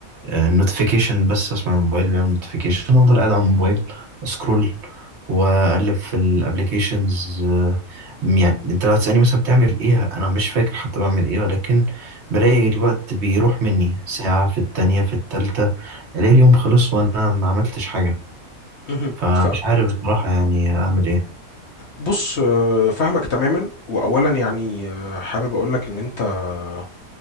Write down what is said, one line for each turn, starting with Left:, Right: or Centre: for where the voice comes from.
Right: نوتيفيكيشن بس اسمع الموبايل بيعمل نوتيفيكيشن افضل قاعد على الموبايل اسكرول واقلب في الابليكيشنز يعني انت لو هتسألني مثلا بتعمل ايه انا مش فاكر حتى بعمل ايه ولكن بلاقي الوقت بيروح مني ساعة في التانية في التالتة الاقي اليوم خلص وانا ما عملتش حاجة
Left: مهم.
Right: فمش
Left: ف...
Right: عارف بصراحة يعني اعمل ايه
Left: بص آه، فاهمك تماما وأولا يعني آه، حابب أقولك إن أنت آه،